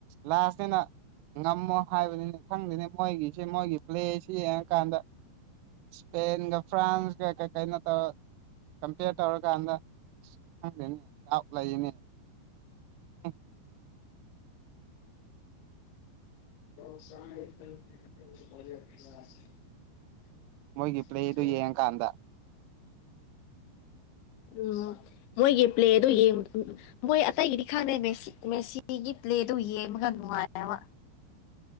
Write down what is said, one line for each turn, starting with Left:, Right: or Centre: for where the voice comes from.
Right: ꯂꯥꯁꯅꯦꯅ ꯉꯝꯃꯣ ꯍꯥꯏꯕꯅꯤꯅꯦ ꯈꯪꯗꯅꯤ ꯃꯣꯏꯒꯤꯁꯤꯦ ꯃꯣꯏꯒꯤ ꯄ꯭ꯂꯦꯁꯤ ꯌꯦꯡꯉꯀꯥꯟꯗ ꯏꯁꯄꯦꯟꯒ ꯐ꯭ꯔꯥꯟꯁꯒ ꯀꯩ ꯀꯩꯅꯣꯠꯇ ꯀꯝꯄꯤꯌꯔ ꯇꯧꯔꯀꯥꯟꯗ ꯈꯪꯗꯅꯤ ꯗꯥꯎꯠ ꯂꯩꯅꯤ <unintelligible>
Left: <unintelligible>
Right: ꯃꯣꯏꯒꯤ ꯄ꯭ꯂꯦꯗꯨ
Left: <unintelligible>
Right: ꯌꯦꯡꯉꯀꯥꯟꯗ
Left: ꯎꯝ ꯃꯣꯏꯒꯤ ꯄ꯭ꯂꯦꯗꯣ ꯌꯦꯡ ꯃꯣꯏ ꯑꯇꯩꯒꯤꯗꯤ ꯈꯥꯅꯦ ꯃꯦꯁꯤ ꯃꯦꯁꯤꯒꯤ ꯄꯂꯦꯗꯣ ꯌꯦꯡꯃ ꯅꯨꯉꯥꯏꯑꯦꯕ